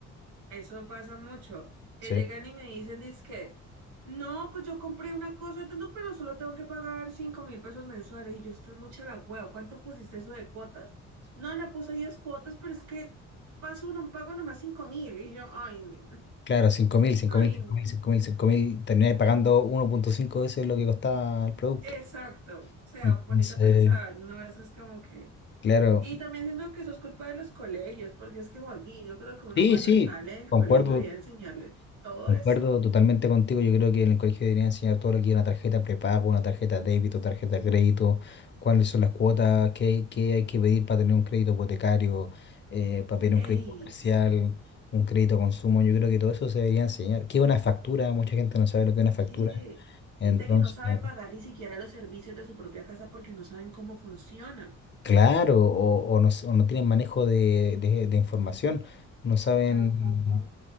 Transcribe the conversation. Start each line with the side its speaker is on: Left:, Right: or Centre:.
Right: Eso pasa mucho, que
Left: Sí.
Right: llegan y me dicen, dizque, no, pues yo compré una cosa de tanto, pero solo tengo que pagar cinco mil pesos mensuales. Y yo, usted es mucha la hueva, ¿cuánto pusiste eso de cuotas? No, le puse 10 cuotas, pero es que paso, no pago nomás cinco mil. Y yo, ay, nena,
Left: Claro, cinco cinco cinco
Right: ay,
Left: mil mil
Right: nena.
Left: mil cinco mil cinco mil termináis pagando uno punto cinco veces lo que costaba el producto.
Right: Exacto, o sea,
Left: Entonces,
Right: ponete a pensar, ¿no? Eso es como que...
Left: claro,
Right: Y también siento que eso es culpa de los colegios, porque es que, Joaquín, yo creo que uno
Left: sí,
Right: cuando
Left: sí,
Right: sale del
Left: concuerdo,
Right: colegio debería enseñarle todo
Left: Concuerdo
Right: esto.
Left: totalmente contigo. Yo creo que en el colegio deberían enseñar todo lo que es una tarjeta prepago, una tarjeta débito, tarjeta crédito, cuáles son las cuotas, qué, qué hay que pedir para tener un crédito hipotecario, eh, para pedir un
Right: Ey,
Left: crédito comercial,
Right: sí.
Left: un crédito consumo. Yo creo que todo eso se debería enseñar. ¿Qué es una factura? Mucha gente no sabe lo que es una factura.
Right: ¿Qué?
Left: Entonces,
Right: Gente que no sabe pagar ni siquiera los servicios de su propia casa porque no saben cómo funciona.
Left: claro, o, o no, s- o no tienen manejo de, de- de información, no saben,
Right: Ajá,